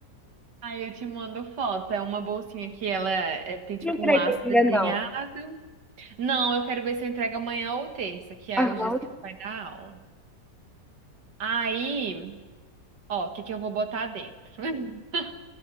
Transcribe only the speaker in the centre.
Não creio
ainda
não.
Aham.